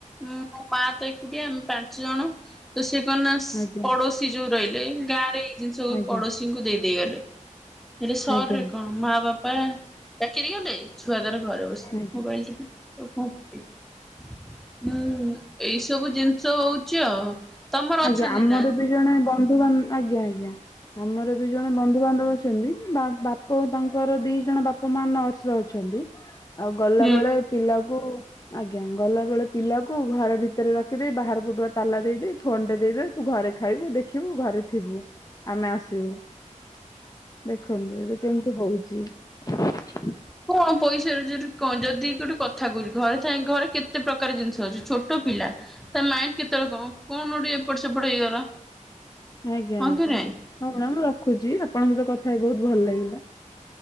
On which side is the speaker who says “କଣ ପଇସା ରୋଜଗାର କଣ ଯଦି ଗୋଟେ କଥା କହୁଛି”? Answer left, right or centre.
Centre